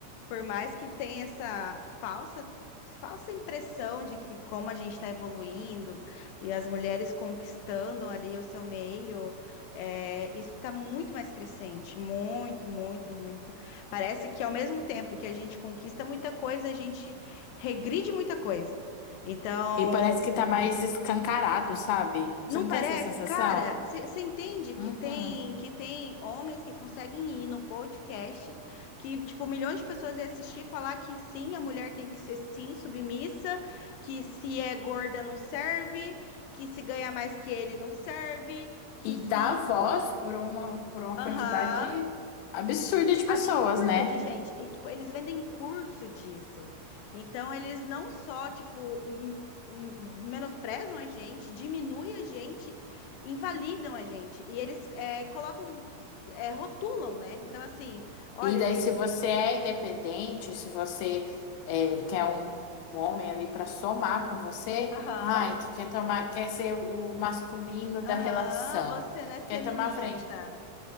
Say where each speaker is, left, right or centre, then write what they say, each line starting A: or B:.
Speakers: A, on the left (about 70°); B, on the left (about 85°).
A: por mais que tenha essa falsa falsa impressão de que como a gente está evoluindo e as mulheres conquistando ali o seu meio, é, isso está muito mais crescente, muito, muito, muito. Parece que ao mesmo tempo que a gente conquista muita coisa, a gente regride muita coisa. Então,
B: E parece que tá mais escancarado, sabe?
A: não
B: Você não
A: parece?
B: tem essa sensação?
A: Cara, você entende que
B: Uhum.
A: tem que tem homens que conseguem ir no podcast, que tipo milhões de pessoas iam assistir e falar que sim, a mulher tem que ser sim submissa, que se é gorda não serve, que se ganha mais que ele não serve, que
B: E
A: se
B: dá voz por uma, por uma quantidade.
A: Aham
B: absurda de
A: absurda
B: pessoas, né?
A: de gente. E, tipo, eles vendem curso disso. Então, eles não só, tipo, m- m- menosprezam a gente, diminuem a gente, invalidam a gente. E eles é, colocam, é, rotulam, né? Então, assim, olha,
B: E daí,
A: se...
B: se você é independente, se você é, quer um homem ali para somar com você,
A: Aham,
B: ai, que quer tomar, quer ser o masculino
A: aham,
B: da relação,
A: você não é feminina.
B: quer tomar a frente.